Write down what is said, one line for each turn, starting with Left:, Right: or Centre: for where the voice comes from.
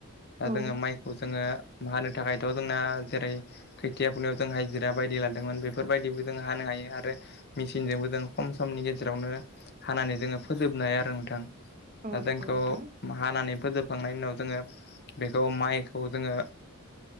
Left: दा
Right: औ
Left: जोङो माइखौ जोङो माइ हानो थाखायथ' जोंना जेरै खैथिया फुनाययाव जों हाजिरा बायदि लादोंमोन बेफोरबायदिबो जों हानो हायो आरो मेसिनजोंबो जों खम समनि गेजेरावनो हानानै जोङो फोजोबनो हाया आरो नोंथां
Right: औ
Left: दा जोंखौ
Right: नंगौ नोंथां
Left: हानानै फोजोबखांनायनि उनाव जोङो बेखौ माइखौ जोङो